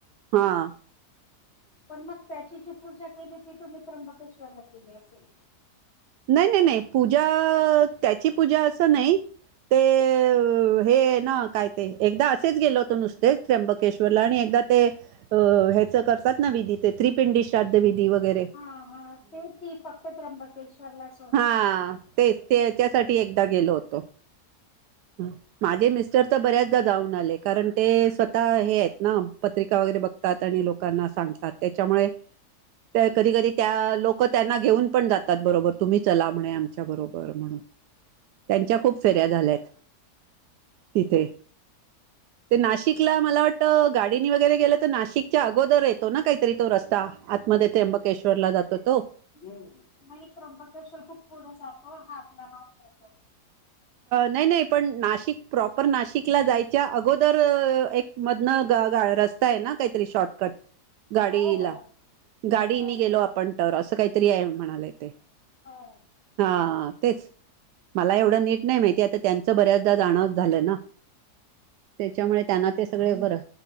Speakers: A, on the right; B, on the left.
A: हां
B: पणं मंग त्यांची जी पूजां केली ती तुम्हीं त्र्यंबकेश्वरला केली असेल
A: नाहीं नाहीं नाहीं पूजां त्यांची पूजां असं नाहीं ते हे नां कायं ते एकदां असेच गेलो होतो नुसतेच त्र्यंबक त्र्यंबकेश्वरला आणि एकदां ते हेचं करतांत नां विधी ते त्रिपिंडी श्राद्ध विधी वगैरें
B: हां हां ते ती फक्तं त्र्यंबकेश्वरला चं
A: हां तेचं तेच्यांसाठी एकदां गेलो होतो हं माझे मिस्टर तर बऱ्याचदा जाऊन आले, कारण ते स्वतः हे आहेत ना पत्रिका वगैरे बघ तात आणि लोकांना सांगतात त्याच्यामुळे त्या कधी, कधी त्या लोक त्यांना घेऊन पण जातात. बरोबर तुम्ही चला म्हणे आमच्या बरोबर. बर म्हणुन त्यांच्या खूप फेऱ्या झाल्यात. तिथे ते नाशिकला मला वाटत गाडीनी वगैरे गेलं नाशिकच्या अगोदर येतो ना, काहीतरी तो रस्ता आतमध्ये त्र्यंबकेश्वरला जातो तो‌.
B: नाही त्र्यंबकेश्वर खूप पुढं जातो, हा आपला मग येतो.
A: नाही, नाही पण नाशिक प्रॉपर नाशिकला जायच्या अगोदर तर एक मधनं रस्ता आहे, ना काहीतरी शॉर्टकट गाडीला.
B: हो हो
A: गाडीने
B: हो
A: गेलो आपण तर असं काहीतरी आहे म्हणालेय ते.
B: हा.
A: हा तेच मला एवढं नीट नाही माहिती आता त्यांचं बऱ्याचदा जाणं झालं ना, त्याच्यामुळे त्यांना ते सगळे बरं